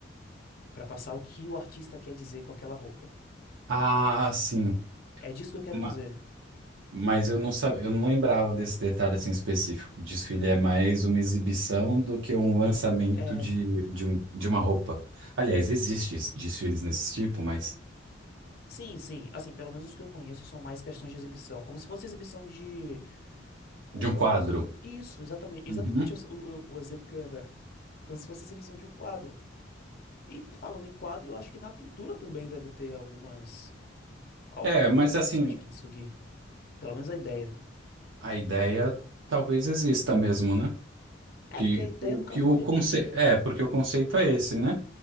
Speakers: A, on the left; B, on the right.
A: para passar o que o artista quer dizer com aquela roupa.
B: Ah, sim.
A: É disso que eu quero
B: Ma-
A: dizer.
B: Mas eu não sabia, eu não lembrava desse detalhe assim específico. O desfile é mais uma exibição do que um lançamento
A: É,
B: de, de, um, de uma roupa. Aliás, existe desfiles nesse tipo, mas
A: sim, sim, assim, pelo menos os que eu conheço são mais questões de exibição, como se fosse exibição de Um-
B: de um
A: uma-
B: quadro.
A: isso, exatamente, exatamente
B: Uhum.
A: o, o- o exemplo que eu ia dar. Como se fosse a exibição de um quadro. E falando em quadro, eu acho que na pintura também deve ter algumas, algumas
B: É, mas
A: exibições
B: assim,
A: de Kintsugi. Pelo menos a ideia.
B: A ideia talvez exista mesmo, né?
A: É,
B: Que,
A: porque a ideia
B: que, o-
A: nunca
B: que
A: morre,
B: o conceito.
A: né?
B: É, porque o conceito é esse, né?